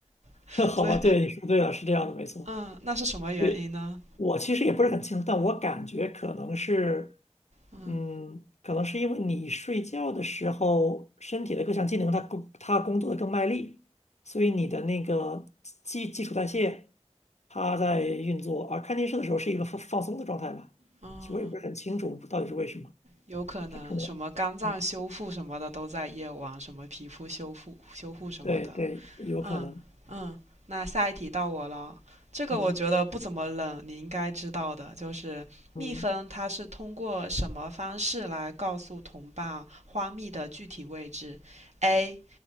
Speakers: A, on the right; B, on the left.
A: <laughs>
B: <laughs>
A: 所以，
B: 好吧，对，你说对了，是这样的，没错。
A: 嗯，那是什么原因呢？
B: 对。我其实也不是很清楚，但我感觉可能是，
A: 嗯，
B: 嗯，可能是因为你睡觉的时候，身体的各项机能它工它工作的更卖力，所以你的那个基基础代谢它在运作，而看电视的时候是一个放放松的状态吧。
A: 哦，
B: 其实我也不是很清楚到底是为什么，
A: 有可能什么肝脏修复什么的都在夜晚，
B: 它可能，嗯，
A: 什么皮肤修复修复什么的。
B: 对对，有可能，
A: 嗯嗯，那下一题到我了。这个我觉得不怎么冷，
B: 嗯
A: 你应该知道的，就是蜜蜂它是通过什么方式来告诉同伴花蜜的具体位置？A.
B: 嗯，